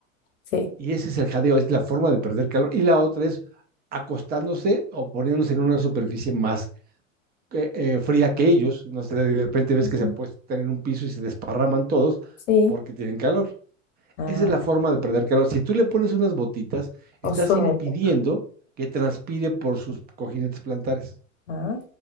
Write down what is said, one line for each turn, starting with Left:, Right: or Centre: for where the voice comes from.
Left: Sí,
Right: Y ese es el jadeo, es la forma de perder calor. Y la otra es acostándose o poniéndose en una superficie más que, eh, fría que ellos. No sé, de repente ves
Left: Ujú,
Right: que se apuestan en un piso y se desparraman todos
Left: sí.
Right: porque tienen calor.
Left: Ah,
Right: Esa es la forma
Left: ah,
Right: de perder calor. Si tú le pones unas botitas,
Left: o
Right: estás
Left: suerte.
Right: impidiendo que transpire por sus cojinetes plantares.
Left: Ah,